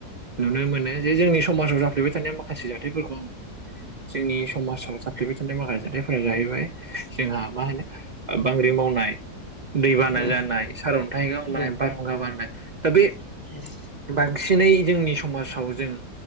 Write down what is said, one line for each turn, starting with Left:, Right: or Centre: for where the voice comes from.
Right: नुनो मोनो जे जोंनि समाजाव जाफ्लेबाय थानाय माखासे जाथायफोरखौ जोंनि समाजाव जाफ्लेबाय माखासे जाथायफोरा जाहैबाय जोंहा मा होनो ओ बांग्रि मावनाय। दै बाना
Left: उम
Right: जानाय सारअन्थाइ गावनाय
Left: उम
Right: बारहुंखा बारनाय दा बे
Left: <inaudible>
Right: बांसिनै जोंनि समाजाव जों